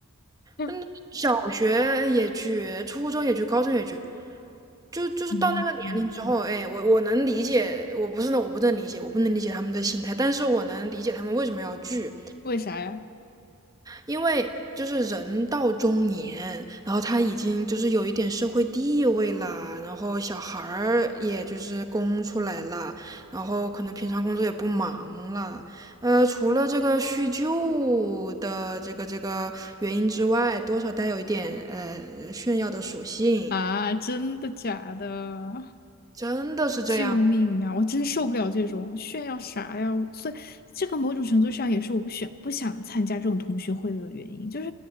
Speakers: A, on the left (about 45°); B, on the right (about 15°).
A: <laughs> 嗯
B: 嗯，小学也聚，初中也聚，高中也聚，就就是到那个年龄之后，
A: 嗯，
B: 哎，我我能理解，我不是呢，我不能理解，我不能理解他们的心态，但是我能理解他们为什么要聚，
A: 为啥呀？
B: 因为就是人到中年，然后他已经就是有一点社会地位啦，然后小孩儿也就是供出来了，然后可能平常工作也不忙了，呃，除了这个叙旧的这个这个原因之外，多少带有一点呃炫耀的属性，
A: 啊，真的假的？
B: 真的是这样。
A: 救命啊！我真受不了这种炫耀啥呀！所以这个某种程度上也是我不选不想参加这种同学会的原因，就是